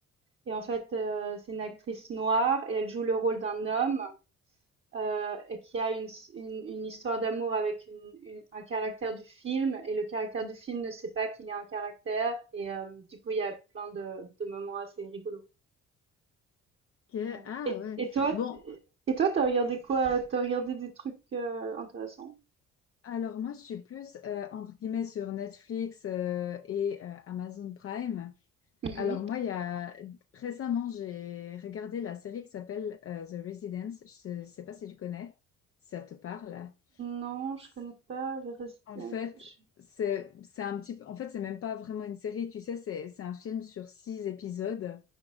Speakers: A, on the right (about 40°); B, on the left (about 50°).
A: et en fait, euh, c'est une actrice noire et elle joue le rôle d'un homme euh, et qui a une, une- une histoire d'amour avec une- une- un caractère du film, et le caractère du film ne sait pas qu'il y a un caractère, et euh, du coup, il y a plein de, de moments assez rigolos.
B: Ok,
A: Voilà.
B: ah
A: Et,
B: ouais.
A: et toi,
B: Bon,
A: et toi, t'as regardé quoi? T'as regardé des trucs euh, intéressants?
B: alors moi, je suis plus, euh, entre guillemets, sur Netflix, euh, et euh, Amazon Prime.
A: Mhm.
B: Alors moi, il y a... récemment, j'ai regardé la série qui s'appelle euh, The Residence. Je ne sais pas si tu connais, si ça te parle.
A: Non,
B: C'est-
A: je connais pas les Resident.
B: En fait,
A: je-
B: c'est c'est un petit peu... En fait, c'est même pas vraiment une série, tu sais, c'est c'est un film sur six épisodes